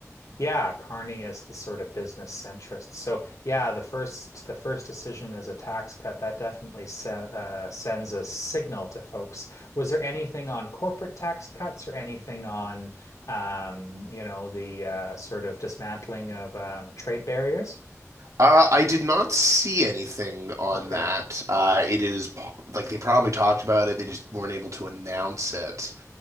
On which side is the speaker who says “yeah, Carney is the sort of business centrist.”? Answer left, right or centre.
Left